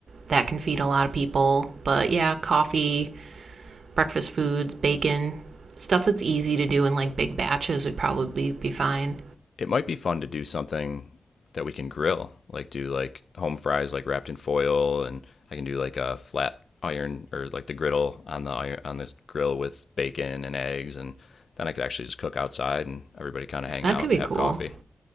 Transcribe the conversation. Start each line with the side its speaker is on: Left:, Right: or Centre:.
Right: that can feed a lot of people. But yeah, coffee, breakfast foods, bacon, stuff that's easy to do in like big batches would probably be fine.
Left: It might be fun to do something that we can grill, like do like home fries like wrapped in foil, and I can do like a flat iron or like the griddle on the iron on this grill with bacon and eggs, and then I could actually just cook outside and everybody kind of hang
Right: That
Left: out
Right: could be
Left: and have
Right: cool.
Left: coffee.